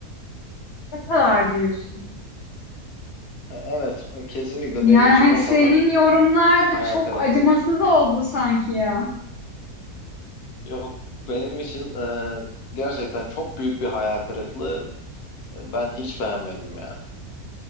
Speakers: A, on the left; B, on the left.
A: Ne kadar diyorsun?
B: Evet, kesinlikle
A: Yani
B: benim için
A: hani
B: o
A: senin
B: kadar
A: yorumlar da
B: hayal
A: çok
B: kırıklığı.
A: acımasız oldu sanki ya.
B: Yok, benim için e, gerçekten çok büyük bir hayal kırıklığı. Ben hiç beğenmedim ya.